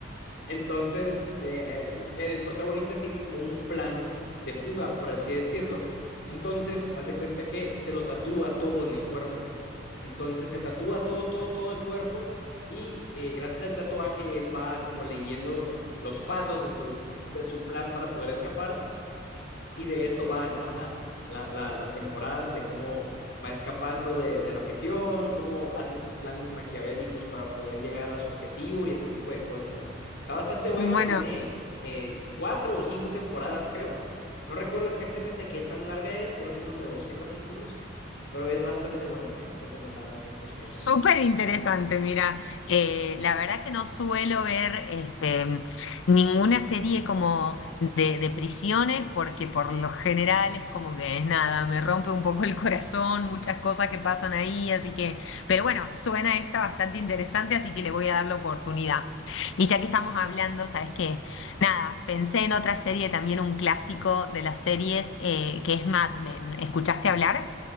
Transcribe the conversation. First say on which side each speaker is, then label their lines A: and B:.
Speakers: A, on the left; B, on the left.
A: Entonces, eh, es- el protagonista tiene como un plan de fuga, por así decirlo. Entonces, hace cuenta que se lo tatúa todo en el cuerpo. Entonces, se tatúa todo, todo, todo el cuerpo y eh, gracias al tatuaje él va como leyendo los pasos de su, de su plan para poder escapar y de eso va, ¿no? La, la, la- las temporadas de cómo va escapando de, de la prisión, cómo hace estos planes maquiavélicos para poder llegar a su objetivo y ese tipo de cosas, ¿no? Está bastante bueno,
B: Bueno,
A: tiene eh, cuatro o cinco temporadas, creo. No recuerdo exactamente qué tan larga es, creo que son de 12 capítulos, pero es bastante buena, ¿eh? Recomendada 100%.
B: Súper interesante, mira, eh, la verdad que no suelo ver este, ninguna serie como de, de prisiones porque por lo general es como que es nada, me rompe un poco el corazón, muchas cosas que pasan ahí, así que, pero bueno, suena esta bastante interesante, así que le voy a dar la oportunidad. Y ya que estamos hablando, ¿sabes qué? Nada, pensé en otra serie, también un clásico de las series, eh, que es Mad Men. ¿Escuchaste hablar?